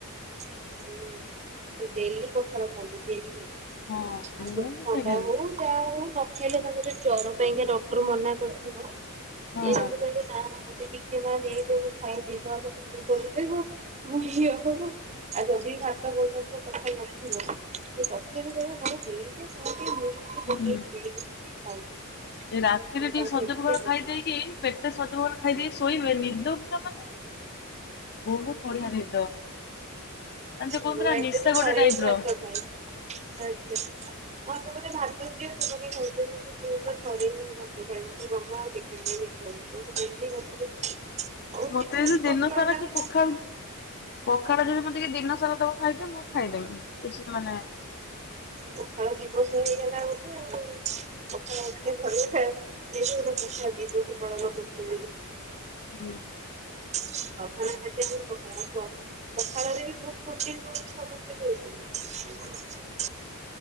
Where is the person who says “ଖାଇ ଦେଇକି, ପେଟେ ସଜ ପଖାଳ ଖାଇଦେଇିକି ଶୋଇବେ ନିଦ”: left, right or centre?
Left